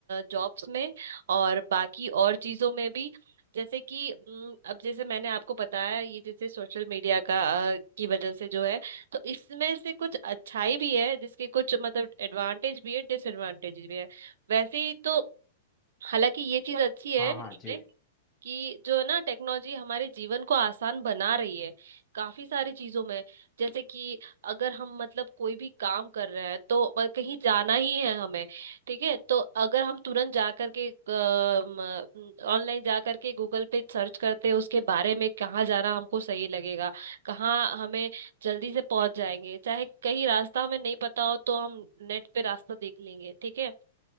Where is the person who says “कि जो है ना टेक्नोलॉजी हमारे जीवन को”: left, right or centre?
Right